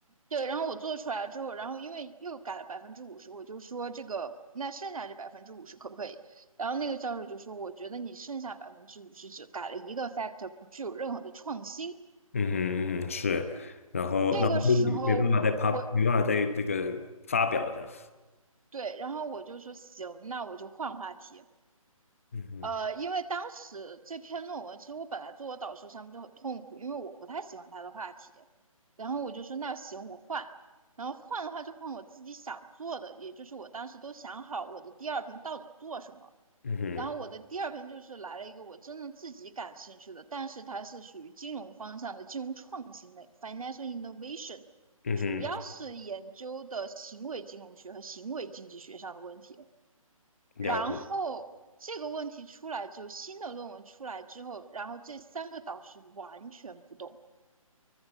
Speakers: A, on the right (about 70°); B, on the left (about 25°).
A: 对，然后我做出来之后，然后因为又改了百分之五十，我就说这个那剩下这百分之五十可不可以？然后那个教授就说，我觉得你剩下百分之五十只改了一个 factor，不具有任何的创新。
B: 嗯哼嗯哼是，然后然后就没办法再发，
A: 这个时候我我
B: 没办法再这个发表这样，
A: 对，然后我就说行，那我就换话题。
B: 嗯哼
A: 呃，因为当时这篇论文，其实我本来做我导师上面就很痛苦，因为我不太喜欢他的话题，然后我就说那行我换，然后换的话就换我自己想做的，也就是我当时都想好了我的第二篇到底做什么，
B: 嗯哼
A: 然后我的第二篇就是来了一个我真正自己感兴趣的，但是它是属于金融方向的金融创新类 （financial innovation），
B: 嗯哼，
A: 主要是研究的行为金融学和行为经济学上的问题。
B: 了解，
A: 然后这个问题出来之后，新的论文出来之后，然后这三个导师完全不动。